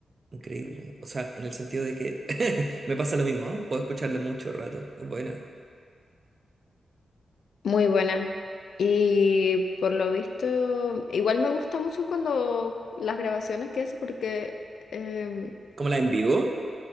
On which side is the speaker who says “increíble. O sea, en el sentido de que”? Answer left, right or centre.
Right